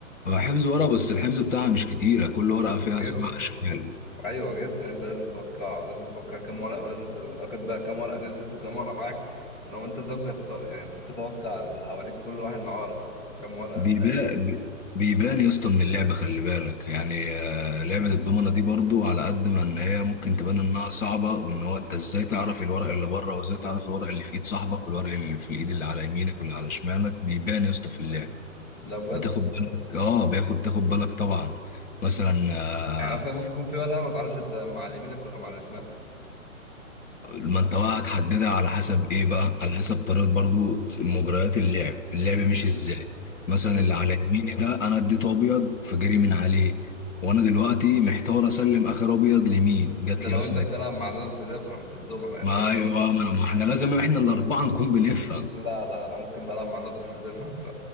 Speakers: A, on the left; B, on the left.
A: هو حفظ ورقة بس الحفظ بتاعها مش كتير كل
B: و-
A: ورقة فيها
B: وجس
A: سبع أشكال
B: ايوه جس يعني انت لازم توقع لازم توقع كام ورقه ولازم تبقى واخد بقى كام ورقه نزلت وكام ورقه معاك ولو انت زوجة ت- يعني المفروض تتوقع اللي حواليك كل واحد معاه ورقه كام ورقه
A: بيبان
B: ده, يعني.
A: بيبان يا اسطى من اللعبة خلي بالك يعني آه، لعبة الضمنة دي برضو على قد ما ان هي ممكن تبان انها صعبة وان هو انت ازاي تعرف الورق اللي بره وازاي تعرف الورق اللي في ايد صاحبك والورق اللي في الايد اللي على يمينك واللي على شمالك بيبان يا اسطى في اللعب
B: ده بجد
A: بتاخد بالك اه بياخد تاخد بالك طبعا مثلا آه،
B: يعني اصلا ممكن يكون في ورقه ما تعرفش انت مع اللي يمينك ولا مع اللي شمالك
A: ما انت بقى هتحددها على حسب ايه بقى على حسب طريقه برضو مجريات اللعب اللعب مش
B: مم.
A: ازاي مثلا
B: مم.
A: اللي على يميني ده انا اديته ابيض فجري من عليه وانا دلوقتي محتار اسلم اخر ابيض لمين جات
B: ده لو
A: لي مثلا
B: انت بتلعب مع ناس بتفهم في الدومنة انما
A: ما
B: انا
A: ايوه
B: مثلا
A: ما ما احنا لازم احنا الاربعه نكون بنفهم
B: لا لا انا ممكن بلعب مع ناس مش بتفهم ف